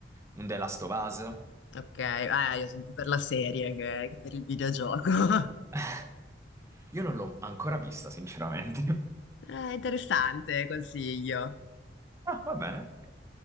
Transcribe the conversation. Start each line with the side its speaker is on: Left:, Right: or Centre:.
Right: un The Last of Us.
Left: Ok, eh, io sono più per la serie che, che per il videogioco. <laughs>
Right: <laughs> Io non l'ho ancora vista, sinceramente. <laughs>
Left: Eh, interessante, consiglio.
Right: Ah, va bene.